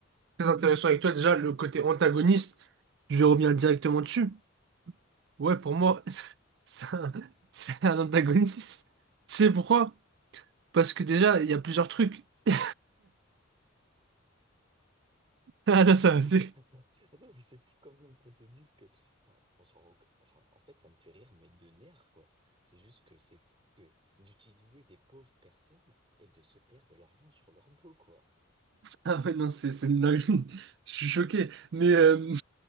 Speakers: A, on the right (about 60°); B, on the right (about 25°).
A: Très intéressant avec toi déjà, le côté antagoniste, je vais revenir directement dessus. Ouais, pour moi, <laughs> c'est un, c'est un antagoniste. Tu sais pourquoi? Parce que déjà, il y a plusieurs trucs. <laughs> Ah là,
B: C'est
A: ça m'a
B: fou.
A: fait.
B: <laughs> Attends,
A: <laughs>
B: attends, mais c'est fou quand même qu'on se dise que, enfin, on s'en rend- enfin, en fait, ça me fait rire, mais de nerfs, quoi. C'est juste que c'est fou que d'utiliser des pauvres personnes et de se faire de l'argent sur leur dos, quoi.
A: Ah ouais, non, c'est c'est une dinguerie. Je suis choqué. Mais. euh,